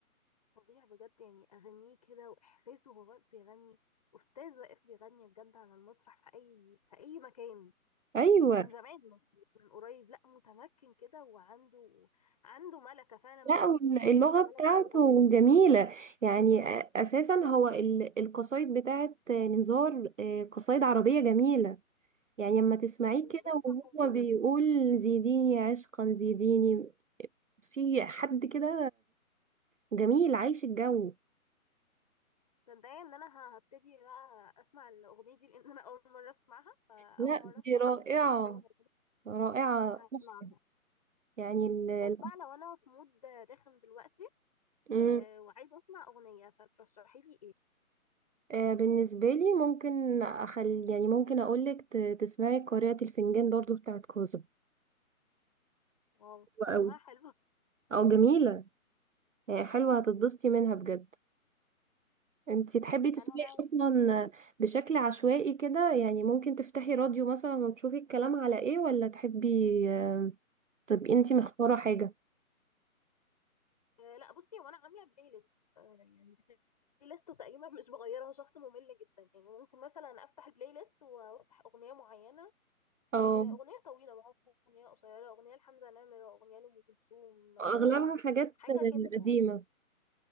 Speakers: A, on the left (about 25°); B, on the right (about 60°).
A: فظيع بجد يعني اغانيه كده واحساسه وهو واقف بيغني استاذ واقف بيغني بجد على المسرح في اي في اي مكان
B: <laughs> أيوة
A: ومن زمان مش مش من قريب لا متمكن كده وعنده عنده ملكة فعلا ملكة
B: لا وال-
A: الحضور
B: اللغة
A: وملكة
B: بتاعته
A: الغنى
B: جميلة يعني آه، أساسا هو ال- القصايد بتاعت آه، نزار آه، قصايد عربية جميلة يعني لما تسمعيه
A: ولغتها
B: كده وهو
A: حلوة
B: بيقول زيديني عشقا زيديني في حد كده جميل عايش الجو
A: صدقني ان انا ه- هبتدي بقى اسمع الاغنية دي لان انا اول مرة اسمعها فاول
B: لا
A: مرة
B: دي
A: اسمع
B: رائعة
A: بوجود حاجة زي كده
B: رائعة
A: هسمعها
B: تحفة يعني ال... ال-
A: طيب بقى لو انا في مود رخم دلوقتي
B: مم.
A: آه وعايزه اسمع اغنيه فترشحي لي ايه
B: آه، بالنسبة لي ممكن أخلي يعني ممكن أقولك ت... تسمعي قارئة الفنجان برضو بتاعت كوزو
A: واو
B: حلوة
A: اسمها
B: أوي
A: حلو
B: أو جميلة يعني حلوة هتتبسطي منها بجد انتي تحبي تسمعي
A: <laughs> انا بقى
B: أصلا بشكل عشوائي كده يعني ممكن تفتحي راديو مثلا وتشوفي الكلام على إيه ولا تحبي آه، طب انتي مختارة حاجة
A: آه لا بصي هو انا عامله بلاي ليست آه يعني بلاي ليست تقريبا مش بغيرها شخص ممل جدا يعني ممكن مثلا افتح البلاي ليست وافتح اغنيه معينه
B: أو
A: آه اغنيه طويله بقى اغنيه قصيره اغنيه لحمزه نمره اغنيه لام كلثوم آه
B: أغلبها حاجات
A: حاجه كده
B: قديمة
A: يعني